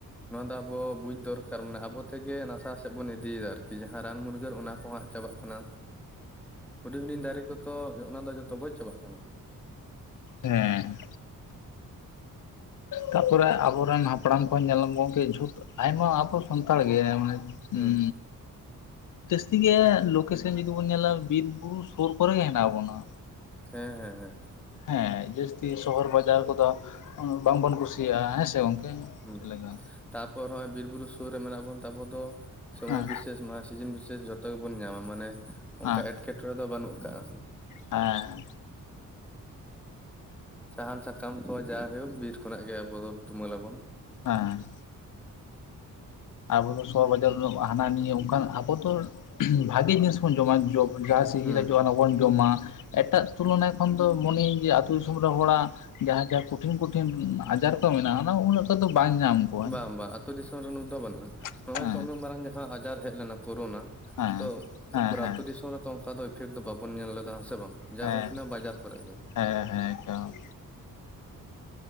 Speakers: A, in the centre; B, on the left.
A: ᱱᱚᱣᱟ ᱫᱚ ᱟᱵᱚ ᱵᱩᱡ ᱫᱚᱨ ᱠᱟᱨᱢᱟᱱᱮ ᱟᱵᱚ ᱛᱮᱜᱮ ᱱᱟᱥᱟᱣ ᱥᱮᱜ ᱵᱚᱱ ᱤᱫᱤᱭᱫᱟ ᱟᱨᱠᱤ ᱡᱟᱦᱟᱸ ᱨᱟᱱ ᱢᱩᱨᱜᱟᱹᱱ ᱚᱱᱟ ᱠᱚᱦᱟᱸᱜ ᱪᱟᱵᱟᱜ ᱠᱟᱱᱟ᱾ ᱦᱩᱰᱤᱧ ᱦᱩᱰᱤᱧ ᱫᱟᱨᱮ ᱠᱚᱛᱚ ᱚᱱᱟ ᱫᱚ ᱡᱚᱛᱚ ᱜᱚᱡ ᱪᱟᱵᱟᱜ ᱠᱟᱱᱟ᱾
B: ᱦᱮᱸ ᱛᱟᱯᱚᱨᱮ ᱟᱵᱚᱨᱮᱱ ᱦᱟᱯᱲᱟᱢ ᱠᱚᱦᱚᱸ ᱧᱮᱞᱟᱢ ᱜᱚᱝᱠᱮ ᱡᱷᱚᱛ ᱟᱭᱢᱟ ᱟᱵᱚ ᱥᱟᱱᱛᱟᱲ ᱜᱮ ᱢᱟᱱᱮ
A: ᱦᱩᱸ
B: ᱩᱸ ᱡᱟᱹᱥᱛᱤ ᱜᱮ ᱞᱳᱠᱮᱥᱚᱱ ᱡᱩᱫᱤ ᱵᱚᱱ ᱧᱮᱞᱟ ᱵᱤᱨ ᱵᱩᱨᱩ ᱥᱩᱨ ᱠᱚᱨᱮ ᱜᱮ ᱦᱮᱱᱟᱜ ᱵᱚᱱᱟ᱾
A: ᱦᱮᱸ ᱦᱮᱸ ᱦᱮᱸ
B: ᱦᱮᱸ ᱡᱟᱹᱥᱛᱤ ᱥᱚᱦᱚᱨ ᱵᱟᱡᱟᱨ ᱠᱚᱫᱚ ᱵᱟᱝ ᱵᱚᱱ ᱠᱩᱥᱤᱭᱟᱜᱼᱟ ᱦᱮᱸ ᱥᱮ ᱜᱚᱝᱠᱮ?
A: ᱦᱩᱸ
B: ᱪᱮᱫ ᱞᱮᱠᱟ
A: ᱛᱟᱯᱚᱨ ᱱᱚᱜᱼᱚᱭ ᱵᱤᱨ ᱵᱩᱨᱩ ᱥᱩᱨ ᱨᱮ ᱢᱮᱱᱟᱜ ᱵᱚᱱ ᱛᱮ ᱟᱵᱚ ᱫᱚ ᱥᱚᱢᱚᱭ
B: ᱦᱮᱸ
A: ᱵᱤᱥᱮᱥ ᱱᱚᱣᱟ ᱥᱤᱡᱤᱱ ᱵᱤᱥᱮᱥ ᱡᱚᱛᱚ ᱜᱮᱵᱚᱱ ᱧᱟᱢᱟ ᱢᱟᱱᱮ ᱚᱝᱠᱟ
B: ᱦᱮᱸ
A: ᱮᱴᱠᱮ ᱴᱚᱨᱮ ᱫᱚ ᱵᱟᱹᱱᱩᱜ ᱠᱟᱜᱼᱟ᱾
B: ᱦᱮᱸ
A: ᱥᱟᱦᱟᱱ ᱥᱟᱠᱟᱢ ᱠᱚ ᱡᱟ ᱦᱩᱭᱩᱜ ᱵᱤᱨ ᱠᱷᱚᱱᱟᱜ ᱜᱮ ᱟᱵᱚ ᱫᱚ ᱛᱩᱢᱟᱹᱞᱟᱵᱚᱱ᱾
B: ᱦᱮᱸ ᱟᱵᱚ ᱫᱚ ᱥᱚᱦᱚᱨ ᱵᱟᱡᱟᱨ ᱨᱮᱫᱚ ᱦᱟᱱᱟ ᱱᱤᱭᱟᱹ ᱚᱝᱠᱟᱱᱟᱜ ᱟᱵᱚ ᱫᱚ ᱵᱷᱟᱜᱤ ᱡᱤᱱᱤᱥ ᱵᱚᱱ ᱡᱚᱢᱟ ᱡᱚ ᱡᱟᱦᱟᱸ ᱥᱤᱡᱤᱞ
A: ᱦᱩᱸ
B: ᱨᱮᱱᱟᱜ ᱡᱚ ᱚᱱᱟ ᱵᱚᱱ ᱡᱚᱢᱟ ᱮᱴᱟᱜ ᱛᱩᱞᱚᱱᱟ ᱠᱷᱚᱱ ᱫᱚ ᱢᱚᱱᱮᱭᱤᱧ ᱡᱮ ᱟᱛᱳ ᱫᱤᱥᱚᱢ ᱨᱮ ᱦᱚᱲᱟᱜ ᱡᱟᱦᱟᱸ ᱡᱟᱦᱟᱸ ᱠᱚᱴᱷᱤᱱ ᱠᱚᱴᱷᱤᱱ ᱟᱡᱟᱨ ᱠᱚ ᱢᱮᱱᱟᱜᱼᱟ ᱚᱱᱟ ᱦᱚᱸ ᱩᱱᱟᱹᱜ ᱴᱟ ᱫᱚ ᱵᱟᱝ ᱧᱟᱢ ᱠᱚᱣᱟ
A: ᱵᱟᱝ ᱵᱟᱝ ᱟᱛᱳ ᱫᱤᱥᱚᱢ ᱨᱮ ᱩᱱᱟᱹᱜ ᱫᱚ ᱵᱟᱹᱱᱩᱜᱼᱟ ᱾
B: ᱦᱮᱸ
A: ᱱᱚᱜ ᱚᱭ ᱛᱚ ᱩᱱᱟᱹᱜ ᱢᱟᱨᱟᱝ ᱡᱟᱦᱟᱸ ᱟᱡᱟᱨ ᱦᱮᱡ ᱞᱮᱱᱟ ᱠᱳᱨᱳᱱᱟ
B: ᱦᱮᱸ
A: ᱛᱚ
B: ᱦᱮᱸ
A: ᱩᱱᱠᱩᱨ
B: ᱦᱮᱸ ᱦᱮᱸ
A: ᱟᱛᱳ ᱫᱤᱥᱚᱢ ᱨᱮᱫᱚ ᱚᱱᱠᱟ ᱫᱚ ᱤᱯᱷᱮᱠᱴ ᱫᱚ ᱵᱟᱵᱚᱱ ᱧᱮᱞ ᱞᱮᱫᱟ ᱦᱮᱸ ᱥᱮ ᱵᱟᱝ ᱡᱟ
B: ᱦᱮᱸ
A: ᱦᱩᱭ ᱠᱟᱱᱟ ᱵᱟᱡᱟᱨ ᱠᱚᱨᱮᱜ ᱜᱮ
B: ᱦᱮᱸ ᱦᱮᱸ ᱮᱠᱫᱚᱢ